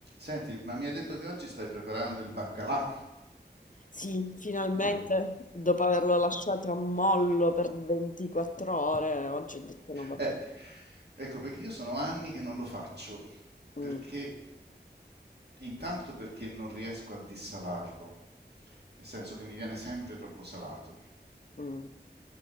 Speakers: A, on the right; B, on the left.
A: Senti, ma mi hai detto che oggi stai preparando il baccalà,
B: Sì, finalmente,
A: vero?
B: dopo averlo lasciato a mollo per 24 ore, oggi ho detto no, vabbè.
A: Eh, ecco, perché io sono anni che non lo faccio,
B: Mm,
A: perché intanto perché non riesco a dissalarlo, nel senso che mi viene sempre troppo salato.
B: mm.